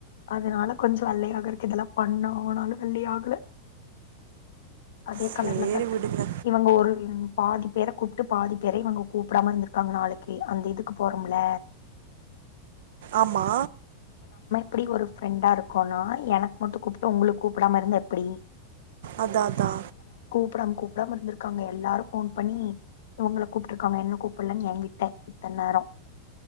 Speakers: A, on the left (about 60°); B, on the right (about 55°).
A: அதனால கொஞ் வெள்ளையாகருத்துக் இதெல்லா பண்ணா ஆனாலு வெள்ளையாகல அதே
B: சேரி
A: கலர்ல தா இருக்க
B: விடுங்க
A: இவுங்க ஒரு பாதி பேர கூப்ட்டு பாதி பேர இவங்க கூப்படாம இருந்துருக்காங்க நாளைக்கி அந்த இதுக்கு போறோம்ல
B: ஆமா
A: ப்டி ஒரு ஃப்ரெண்டா இருக்கோனா எனக் மட்டு கூப்ட்டு உங்களுக் கூப்டாம இருந்தா எப்டி
B: அதா அதா
A: ப்டாம் கூப்டாம இருந்திருக்காங்க எல்லாரு ஃபோன் பண்ணி இவுங்ள கூப்ட்டுருக்காங்க என்ன கூப்புல்லன் எகிட்ட இத்தன் நேரோ